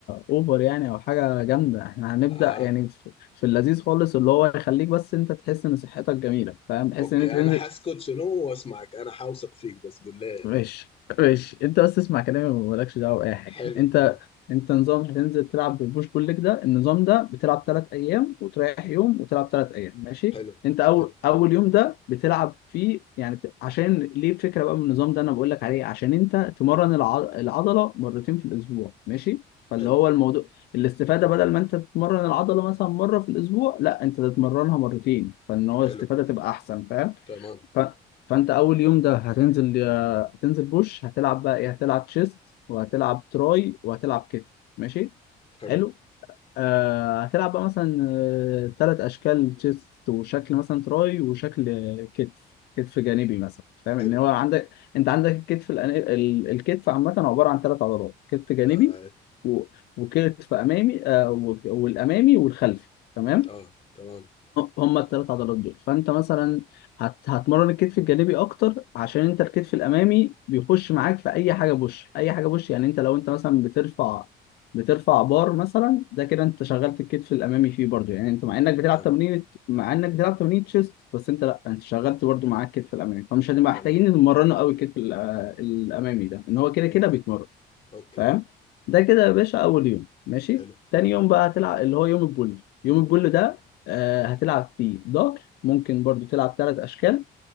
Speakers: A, on the left; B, on the left.
A: اوفر يعني او حاجه جامده احنا هنبدا
B: اها
A: يعني في, في اللذيذ خالص اللي هو يخليك بس انت تحس ان صحتك جميله فاهم تحس
B: اوكي
A: ان انت تنزل
B: انا حاسكت شنو واسمعك انا حاوثق فيك بس قول لي
A: ماشي ماشي انت بس اسمع كلامي ومالكش دعوه باي حاجه
B: حلو
A: انت
B: اه
A: انت نظام هتنزل تلعب ببوش بول ليج ده النظام ده بتلعب ثلاث ايام وتريح
B: حلو
A: يوم وتلعب ثلاث ايام ماشي
B: حلو
A: انت اول
B: حلو
A: اول يوم ده بتلعب فيه يعني بت... عشان ليه الفكره بقى من النظام ده انا بقول لك عليه عشان انت تمرن الع... العضله مرتين في الاسبوع ماشي فاللي
B: حلو
A: هو الموضوع الاستفاده بدل ما انت تتمرن العضله مثلا مره في الاسبوع لا انت تتمرنها مرتين فان هو
B: حلو
A: الاستفاده تبقى احسن فاهم
B: تمام
A: ف... فانت اول يوم ده هتنزل هتنزل بوش هتلعب بقى ايه هتلعب تشيست وهتلعب تراي وهتلعب كتف ماشي
B: حلو
A: حلو آه هتلعب بقى مثلا آه، تلات اشكال تشيست وشكل مثلا تراي وشكل آه، كتف كتف جانبي مثلا فاهم
B: حلو
A: ان هو عندك انت عندك الكتف الأن- ال- الكتف عامه عباره عن ثلاث عضلات كتف جانبي
B: اه,
A: و... وكتف امامي آه و... والامامي والخلفي تمام
B: آه. تمام
A: هم الثلاث عضلات دول فانت مثلا هت... هتمرن الكتف الجانبي اكتر عشان انت الكتف الامامي بيخش معاك في اي حاجه بوش اي حاجه بوش يعني انت لو انت مثلا بترفع بترفع بار مثلا ده كده انت شغلت الكتف الامامي فيه برضو يعني انت مع انك
B: تمام
A: بتلعب تمرين مع انك بتلعب تمرين تشيست بس انت لا انت شغلت برضو معاك الكتف الامامي فمش هنبقى
B: تمام
A: محتاجين نمرنه قوي الكتف ال- آه، الامامي ده ان هو كده كده
B: اوكي
A: بيتمرن
B: اوكي
A: فاهم ده كده يا باشا اول يوم ماشي
B: حلو
A: تاني يوم بقى هتلعب اللي هو يوم البول يوم البول ده آه هتلعب فيه ظهر ممكن برضو تلعب ثلاث اشكال